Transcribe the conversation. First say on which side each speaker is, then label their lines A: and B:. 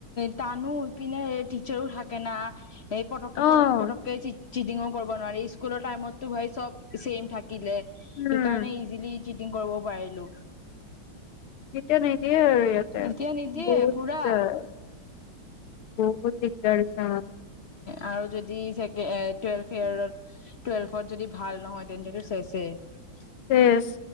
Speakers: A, on the left; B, on the left.
A: টানো হৈ পিনে টিচাৰো থাকে ন এইেই পটকে
B: অ',
A: পটক পটকে চিটিংও কৰিব নোৱাৰি স্কুলৰ টাইমতো ভাই সব চেম থাকে দিলে সেইকাৰণে
B: উম,
A: ইজিলি চিটিং কৰিব পাৰিলো
B: তেতিয়া নিদিয়ে আৰু ইয়াতে
A: এতিয়া নিদিয়ে
B: বহুত
A: পুৰা
B: এয়া উম গতিকে তাৰছা
A: আৰু যদি চে এ টুৱেলভ ইয়াৰত টুৱেলভত যদি ভাল নহয় তেন্তেটো চেছেই
B: চেছ